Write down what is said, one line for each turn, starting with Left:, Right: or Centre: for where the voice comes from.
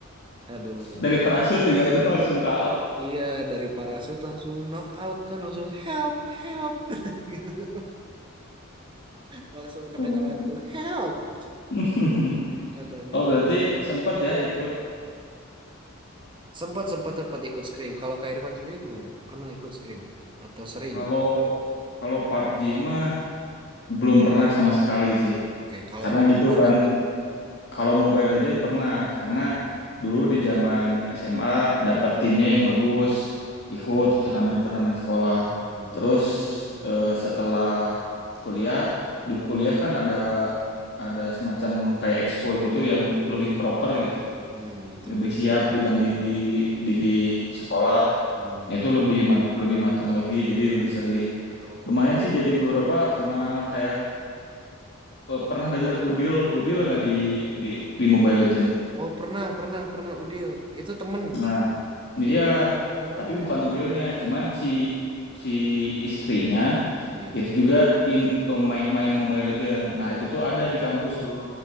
Right: Aduh.
Left: dari parasut juga <laughs> udah langsung KO.
Right: Iya, dari parasut langsung knock out kan langsung help, help <laughs> gitu. Langsung kedengeran
Left: Hmm.
Right: tuh help
Left: <laughs>
Right: katanya
Left: Oh,
Right: udah.
Left: berarti sempat ya ikut
Right: Sempat sempat sempat ikut scrim. Kalau Kak Irfan sendiri gimana? Pernah ikut scrim atau sering?
Left: kalau kalau PUBG mah belum pernah sama sekali sih.
Right: Oke, Kalau
Left: Karena gitu
Right: Mobile
Left: kan
Right: Legend.
Left: Kalau Mobile Legend pernah karena
Right: Hmm,
Left: dulu di zaman SMA dapat timnya yang bagus,
Right: Oke.
Left: ikut turnamen-turnamen sekolah.
Right: Hmm.
Left: Terus eh, setelah kuliah, di kuliah kan ada ada semacam kayak ekskul gitu yang lebih proper gitu,
Right: Hmm, betul
Left: lebih
Right: betul.
Left: siap dibanding
Right: betul.
Left: di di sekolah.
Right: Hmm.
Left: Nah, itu lebih man- lebih matang lagi, jadi lebih sering.
Right: Oh.
Left: Lumayan sih jadi beberapa kenal kayak eh, pernah dengar Udil, Udil nggak di di di Mobile Legend?
Right: Oh, pernah pernah pernah Udil. Itu temen.
Left: Nah, Iya,
Right: Oh.
Left: tapi bukan Udilnya, cuman si si istrinya
Right: Iya.
Left: itu juga in, eh, main, main Mobile Legend. Nah, itu tuh ada di kampus dulu.